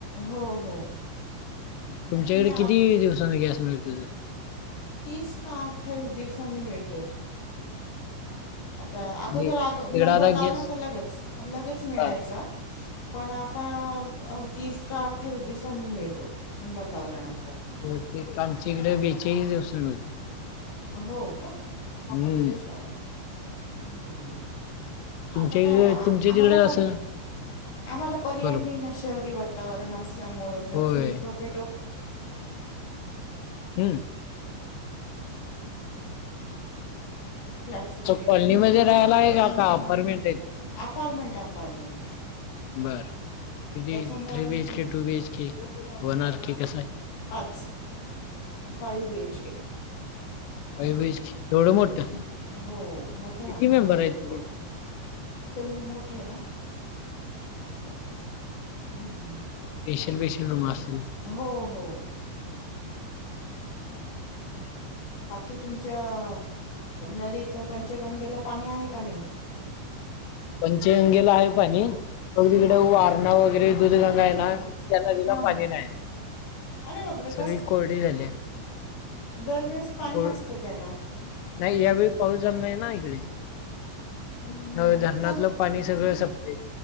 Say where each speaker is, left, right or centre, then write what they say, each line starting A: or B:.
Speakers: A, on the left; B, on the left.
A: हो हो
B: तुमच्याकडे
A: नाही आ
B: किती दिवसानी गॅस मिळते ते
A: तीस का अठ्ठावीस दिवसांनी मिळतोय आता
B: म्हणजे
A: अगोदरगो
B: तिकडे
A: नंबर
B: आता
A: लावला
B: गॅस
A: का लगेच लगेच मिळायचा
B: हा
A: पण आता तीस का अठ्ठावीस दिवसांनी मिळतो नंबर लावल्यानंतर
B: हो ते आमच्या इकडे बेचाळीस दिवस मिळतो
A: हो का
B: हम्म
A: अच्छा हम्म.
B: तुमच्या
A: आता काय आ-
B: तुमच्या
A: आम्हाला
B: तिकडे
A: पर्या
B: असं
A: आम्हाला पर्याय
B: बरोबर
A: नाही ना शहरी वातावरण असल्यामुळे
B: होय
A: चूल आ
B: हम्म
A: <inaudible> <inaudible>
B: कॉलनी मध्ये राहायला आहे का का अपार्टमेंट आहे
A: अपार्टमेंट अपार्टमेंट
B: बर कि
A: त्याच्यामुळे
B: थ्री बीएच के टू बीएच के वन आर केी कस आहे
A: पाचच five B H K असं
B: five B एच के एवढं मोठं
A: हम्म हो मोठं आहे
B: किती
A: आमचं
B: मेंबर
A: कुटुंब
B: आहेत तरी
A: कुटुंब मोठं आहे ना असं हम्म
B: पेशल बेशल रूम असल
A: हो हो असचछ पाकेट तुमच्या नदीच पंचगंगेला पाणी आहे का नाही
B: पंच अंगेला आहे पाणी अग तिकडे
A: हां हां
B: वारणा वगैरे दूध गंगा आहे ना त्या नदीला
A: हा
B: पाणी
A: हा
B: नाही
A: अरे बापरे
B: सगळी कोरडी झाली
A: दरवेेळेस पाणी
B: कोर
A: असतं ते आदा
B: नाही यावेळी पाऊस झाला नाही ना इकडे
A: हम्म,
B: धरणातलं
A: पु
B: पाणी सगळं सप्लाय